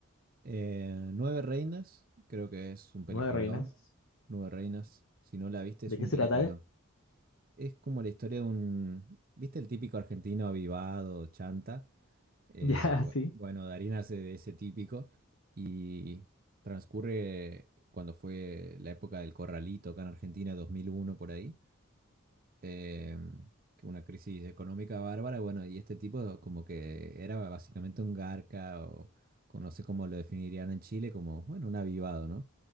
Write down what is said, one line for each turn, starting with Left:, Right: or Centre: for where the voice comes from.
Right: Eh, Nueve Reinas, creo que es un peliculón.
Left: Nueve Reinas.
Right: Nueve Reinas, si no la viste,
Left: ¿De
Right: es
Left: qué
Right: un
Left: se
Right: peliculón.
Left: trata? <laughs>
Right: Es como la historia de un, ¿viste el típico argentino avivado, chanta? Eh,
Left: Ya,
Right: bu-
Left: sí.
Right: bueno, Darín hace de ese típico y transcurre cuando fue la época del Corralito, acá en Argentina, 2001 por ahí eh, que una crisis económica bárbara, bueno, y este tipo como que era básicamente un garca o o no sé cómo lo definirían en Chile, como, bueno, un avivado, ¿no?